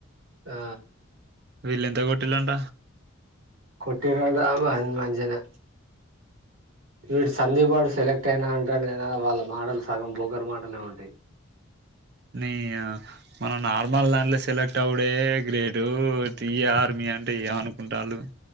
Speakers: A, on the right; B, on the right.
A: ఆ.
B: వీళ్ళ ఎంతా కోట్లులాంట.
A: కొట్టిరాట, అబ్బా అన్నా మంచిగనే. వీడు సంధీ గాడు, సెలెక్ట్ అయినా అంటాండు కదా? వాళ్ళ మాటలు సగం, బోకర్ మాటలే ఉంటాయి.
B: నియమ మనం, నార్మల్ దాంట్లో సెలెక్ట్ అవ్వడే గ్రేటు. టీ ఆర్మీ అంటే ఏమనుకుంటాన్లు?